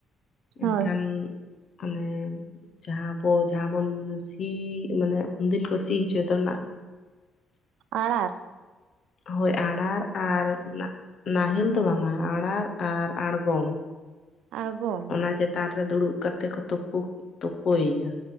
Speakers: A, on the right; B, on the left.
A: ᱦᱳᱭ
B: ᱮᱱᱠᱷᱟᱱ ᱟᱱᱮ ᱡᱟᱦᱟᱸ ᱟᱵᱚ ᱡᱟᱦᱟᱸ ᱵᱚᱱ ᱥᱤ ᱢᱟᱱᱮ ᱩᱱᱫᱤᱱ ᱠᱚ ᱥᱤ ᱦᱚᱪᱚᱭ ᱫᱟ, ᱚᱱᱟ
A: ᱟᱨᱟᱲ?
B: ᱦᱳᱭ ᱟᱲᱟᱲ ᱟᱨ ᱚᱱᱟ ᱱᱟᱦᱮᱞ ᱫᱚ ᱵᱟᱝᱟ ᱟᱲᱟᱨ ᱟᱨ ᱟᱲᱜᱚᱢ
A: ᱟᱬᱜᱚᱢ
B: ᱚᱱᱟ ᱪᱮ ᱛᱟᱱ ᱨᱮ ᱫᱩᱲᱩᱵ ᱠᱟᱛᱮ ᱠᱚ ᱛᱩᱯᱩ ᱛᱩᱯᱳᱭ ᱭᱟ᱾